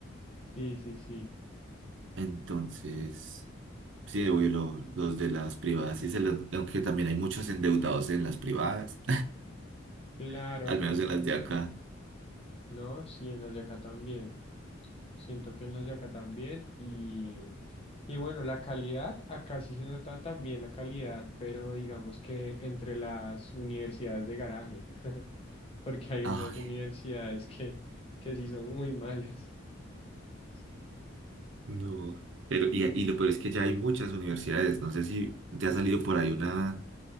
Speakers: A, on the left (about 30°); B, on the right (about 65°).
A: Sí, sí, sí.
B: Entonces, sí, obvio, lo- los de las privadas, sí se les- aunque también hay muchos endeudados en las privadas,
A: Claro,
B: <laughs> al menos
A: ja.
B: en las de acá.
A: No, sí, en las de acá también. Siento que en los de acá también. Y, y bueno, la calidad, acá sí se nota también la calidad, pero digamos que entre las universidades de garaje, <laughs> porque hay
B: Ah,
A: unas
B: ok.
A: universidades que, que sí son muy malas. Sí,
B: No, pero
A: sí,
B: y, y lo peor es que ya hay muchas universidades. No sé si te ha salido por ahí una,